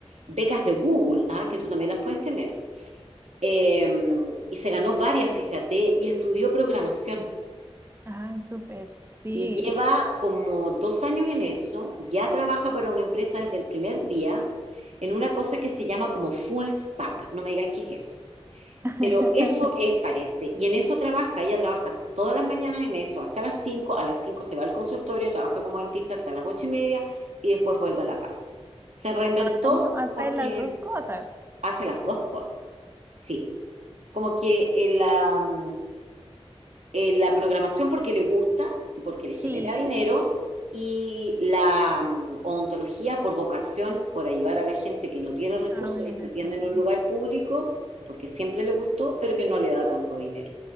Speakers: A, on the right; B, on the right.
A: Becas de Google, ¿ah? que tú también las puedes tener. Eh, y se ganó varias, fíjate, y estudió programación.
B: Ay, súper, sí.
A: Y lleva como dos años en eso, ya trabaja para una empresa desde el primer día, en una cosa que se llama como full stack. No me digáis qué es eso.
B: <laughs>
A: Pero eso es, parece. Y en eso trabaja, ella trabaja todas las mañanas en eso, hasta las 5 a las 5 se va al consultorio, trabaja como dentista hasta las 8 y media y después vuelve a la casa. Se reinventó
B: Ah, no, hacer
A: porque
B: las dos cosas.
A: hace las dos cosas. Sí, como que el, am, eh, la programación porque le gusta y porque le genera
B: Sí,
A: dinero y la mm, odontología por vocación, por ayudar a la gente que no tiene recursos
B: Ah, bueno,
A: y se atiende
B: sí.
A: en un lugar público porque siempre le gustó, pero que no le da tanto dinero.